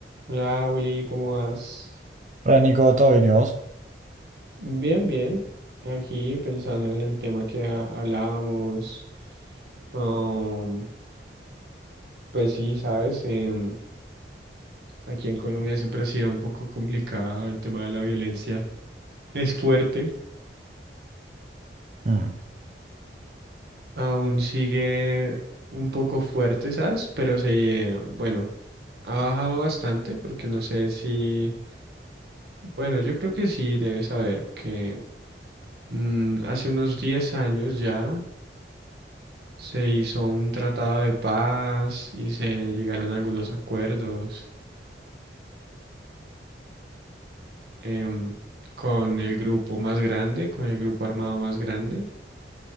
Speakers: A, on the right (about 60°); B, on the right (about 40°).
A: Hola Willy, ¿cómo vas?
B: Hola Nico, ¿todo bien y vos?
A: Bien, bien. Aquí pensando en el tema que ha- hablábamos. um, pues sí, sabes, Em, aquí en Colombia siempre ha sido un poco complicado el tema de la violencia. Es fuerte,
B: Mm.
A: aún sigue un poco fuerte, ¿sabes? Pero se, bueno, ha bajado bastante porque no sé si, bueno, yo creo que sí, debes saber que mm, hace unos 10 años ya. Se hizo un tratado de paz y se llegaron a algunos acuerdos em, con el grupo más grande, con el grupo armado más grande,